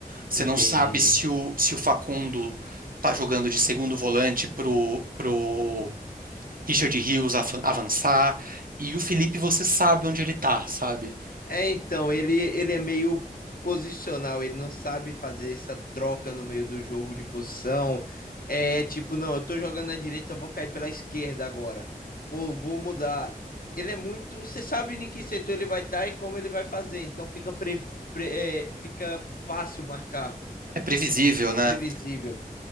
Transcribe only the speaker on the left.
entendi.
É, então, ele, ele é meio posicional, ele não sabe fazer essa troca no meio do jogo de posição. É tipo, não, eu tô jogando na direita, eu vou cair pela esquerda agora. Pô, vou mudar. Ele é muito. Você sabe em que setor ele vai estar e como ele vai fazer, então fica, pre, pre- é, fica fácil marcar,
previsível.